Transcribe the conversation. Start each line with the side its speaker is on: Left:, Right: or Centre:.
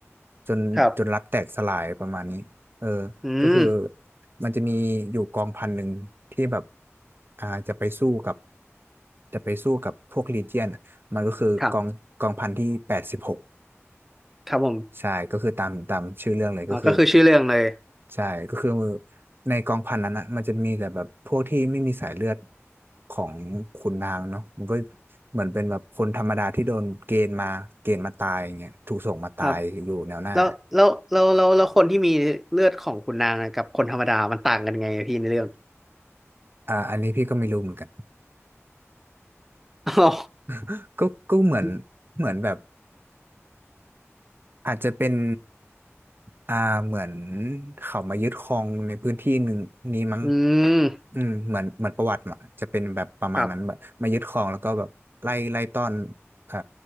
Right: จนจนรัฐแตกสลายประมาณนี้เออ
Centre: ครับอืม
Right: ก็คือมันจะมีอยู่กองพันหนึ่งที่แบบอ่าจะไปสู้กับจะไปสู้กับพวกลีเจียนมันก็คือกองกองพันที่แปดสิบหก
Centre: ครับครับผม
Right: ใช่ก็คือตามตามชื่อเรื่องเลยก็คือ
Centre: อ๋อก็คือชื่อเรื่องเลย
Right: ใช่ก็คือในกองพันนั้นอ่ะมันจะมีแต่แบบพวกที่ไม่มีสายเลือดของขุนนางเนาะมันก็เหมือนเป็นแบบคนธรรมดาที่โดนเกณฑ์มาเกณฑ์มาตายอย่างเงี้ยถูกส่งมาตายอยู่แนวหน้า
Centre: ครับ แล้วแล้วแล้วแล้วแล้วคนที่มีเลือดของขุนนางอะกับคนธรรมดามันต่างกันไงอะพี่ในเรื่อง
Right: อ่าอันนี้พี่ก็ไม่รู้เหมือนกัน
Centre: อ๋อ
Right: <laughs> ก็ก็เหมือน
Centre: <laughs>
Right: เหมือนแบบ อาจจะเป็นอ่าเหมือนเขามายึดครองในพื้นที่หนึ่งนี้มั้ง
Centre: อืม
Right: อืมเหมือนเหมือนประวัติมาจะเป็นแบบประมาณนั้นแบบมายึดครองแล้วก็แบบไล่ไล่ต้อน
Centre: ครับ
Right: อ่า